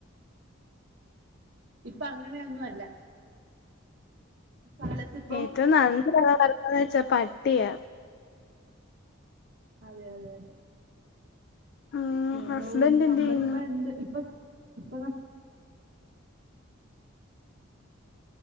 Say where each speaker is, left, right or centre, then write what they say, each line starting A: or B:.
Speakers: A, on the right (about 75°); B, on the left (about 55°).
A: ഇപ്പൊ അങ്ങനെയൊന്നും അല്ല. ഇക്കാലത്തിപ്പം
B: ഏറ്റവും നന്ന വളർത്താന് വെച്ചാ പട്ടിയാ.
A: അതെ അതെ അതെ
B: ഉം
A: സ്നേഹവും
B: ഹസ്ബൻഡ്
A: നമ്മളിപ്പ
B: എന്ത് ചെയ്യുന്നു
A: എന്ത് ഇപ്പ ഇപ്പ